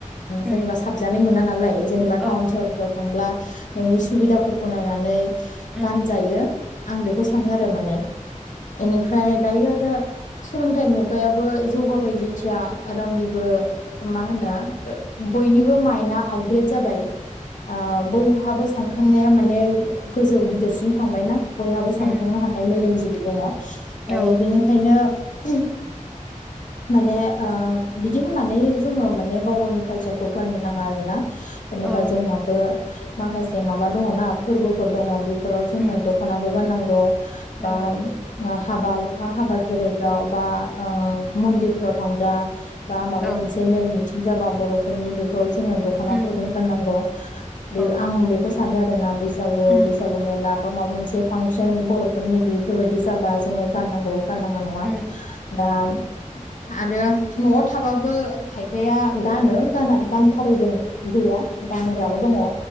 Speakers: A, in the centre; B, on the left.
A: उम
B: जेनेबा साबजानाय मोना नालाय। जेनेबा
A: औ
B: टाउन
A: उम
B: सहरफ्राव थांब्ला नोंनि सुबिदाफोरखौ नायनानै
A: उम औ उम
B: गानजायो आं बेखौ सानो आरो माने ओनिफ्राय दायो आरो सोलोंथाइ मुगायाबो जौगाबायदि मथिया रावनिबो मा होनो बयनिबो माइन्डआ आपग्रेड जाबाय। ओ बयहाबो सानखांनाया माने गोजौ गिदिरसिम थांबायना बयहाबो सानखांनो
A: उम
B: हानाय मेलेमजिबि दङ दायो
A: औ
B: बेनिखायनो उम। माने ओ बिदि होननानै जोङो माने गाव गावनि कालसारखौ गारनो नाङा आरोना जेनेबा
A: औ
B: जोंनाबो माखासे मबा दङना फोरबोफोर दङ बेफोराव जोङो
A: उम
B: दख'नाखौ गाननांगौ
A: जानांगौ
B: बा हाबा बा हाबा खेराइफ्राव बा ओ मन्दिरफोराव थांब्ला बा माबा
A: औ
B: मोनसे मेल मिथिं जाबा बर'फोरनि बेफोराव जोङो दख'नाफोरखौनो
A: उम
B: गाननांगौ बे
A: औ
B: आं बेखौ सानो आरोना बैसागु
A: उम
B: बैसागु मेला बा माबा मोनसे मोनसे फांसन बर'फोरनि बेफोरबायदि जाबा जोङो गाननांगौ गाननाङा नङा
A: उम
B: दा <unintelligible> आरो न'आव थाबाबो खायफाया गानो गाना गानथारैबो गैया गानग्राबो दङ